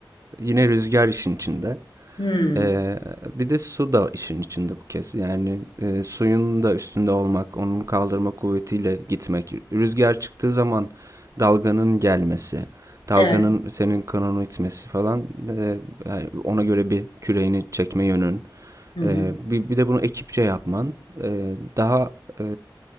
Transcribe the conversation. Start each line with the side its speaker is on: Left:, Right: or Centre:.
Right: yine rüzgar işin içinde.
Left: Hmm.
Right: Ee, bir de su da işin içinde bu kez. Yani e, suyun da üstünde olmak, onun kaldırma kuvvetiyle gitmek. Rüzgar çıktığı zaman dalganın gelmesi, dalganın
Left: Evet.
Right: senin kanonu itmesi falan. e, yani ona göre bir küreğini çekme yönün.
Left: Hı hı.
Right: E, bir, bir de bunu ekipçe yapman e, daha e,